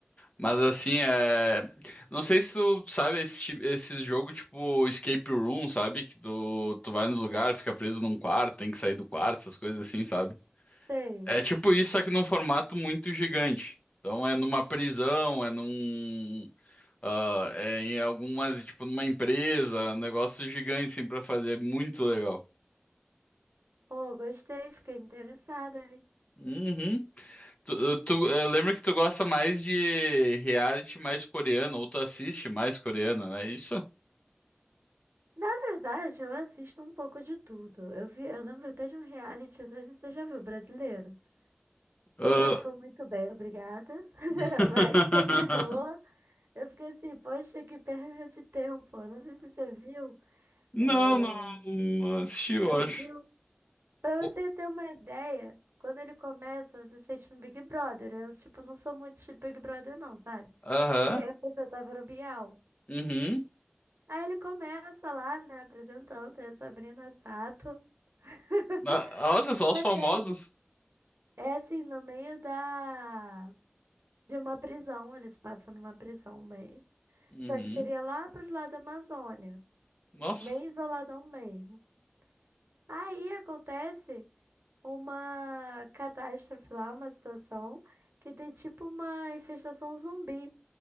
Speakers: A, on the left (about 35°); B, on the right (about 85°).
A: Mas assim, é. Não sei se tu sabe esse, ti- esse jogo tipo Escape Room, sabe? Que tu, tu vai nos lugares, fica preso num quarto, tem que sair do quarto, essas coisas assim, sabe?
B: Sei.
A: É tipo isso, só que num formato muito gigante. Então é numa prisão, é num. ah, é em algumas, tipo, numa empresa, um negócio gigante, assim, pra fazer. É muito legal.
B: Ô, gostei, fiquei interessada.
A: Uhum. Tu, eh, tu- eu lembro que tu gosta mais de reality mais coreano, ou tu assiste mais coreano, não é isso?
B: Na verdade, eu assisto um pouco de tudo. Eu vi, eu lembro até de um reality, às vezes você já viu, brasileiro?
A: Ah,
B: Começou muito bem, obrigada, <laughs>
A: <laughs>
B: mas terminou. Eu fiquei assim, poxa, que perda de tempo. Eu Não sei se você viu,
A: Não,
B: é,
A: não, não assisti, eu
B: não
A: acho.
B: viu. Pra
A: O-
B: você ter uma ideia, quando ele começa, você sente um Big Brother. Eu, tipo, não sou muito de Big Brother, não, sabe?
A: Aham.
B: Porque quem representava era o Bial.
A: Uhum.
B: Aí ele começa lá, né, apresentando, é Sabrina Sato. <laughs>
A: Ah, Nossa, só
B: Mas
A: os famosos.
B: é É assim, no meio da... de uma prisão, eles passam numa prisão meio.
A: Uhum.
B: Só que seria lá pro lado da Amazônia,
A: Nossa.
B: bem isoladão meio. Aí acontece uma catástrofe lá, uma situação que tem tipo uma infestação zumbi.